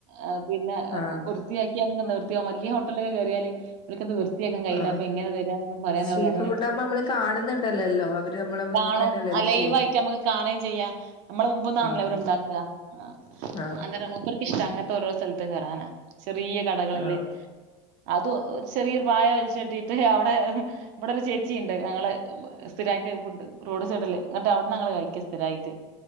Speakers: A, on the right (about 50°); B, on the left (about 30°).
A: ആ പിന്നെ
B: ആഹ്
A: വൃത്തിയാക്കിയാലും വൃത്തിയാ വല്യയ ഹോട്ടലൊക്കെ കെറിയാല് അവർക്കത് വൃത്തിയാക്കാൻ കയ്യില്ല
B: ആഹ്
A: അപ്പം എങ്ങനെ തരാന്നൊന്നും പറയാൻ
B: സ്ട്രീറ്റ്
A: അവര് അങ്ങനെ
B: ഫുഡ്
A: എന്നിട്ട്
B: ആകുമ്പോ നമ്മള് കാണുന്നുണ്ടല്ലല്ലോ അവര് നമ്മളെ മുന്നിൽ
A: കാണും
B: നിന്ന് തന്നെയല്ലല്ലോ
A: അ ലൈവായിട്ട്
B: ചെയ്യുന്നത്
A: നമുക്ക് കാണേയും ചെയ്യാം നമ്മള് മുമ്പ് നാ
B: ആഹ്
A: അവര് ഇട്ടാക്ക ആഹ്
B: ആഹ്
A: അന്നേരം മുപ്പർക്കിഷ്ടാ അങ്ങനത്തെ ഓരോ സ്ഥലത്തും കെറാനാ ചെറിയ കടകളില്
B: ആഹ്
A: അത് ചെറിയൊര് പായ വലിച്ച് കെട്ടിട്ട് അവടെ ഇവടെ ഒര് ചേച്ചി ഇണ്ട് ഞങ്ങള് സ്ഥിരായിട്ട് ഫുഡ് റോഡ് സൈഡില് എന്നിട്ട് അവട്ന്ന് ഞങ്ങള് കയിക്യ സ്ഥിരായിട്ട്